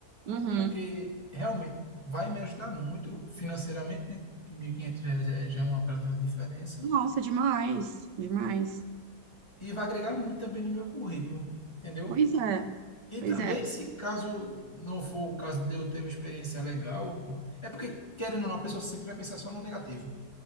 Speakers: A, on the right; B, on the left.
A: Uhum.
B: porque realmente vai me ajudar muito financeiramente, né? Que 1.500 reais é- já é uma bela de uma diferença.
A: Nossa, demais, demais.
B: E vai agregar muito também no meu currículo, entendeu?
A: Pois é,
B: E
A: pois
B: também,
A: é.
B: se caso não for o caso de eu ter uma experiência legal, é porque, querendo ou não, a pessoa sempre vai pensar só no negativo.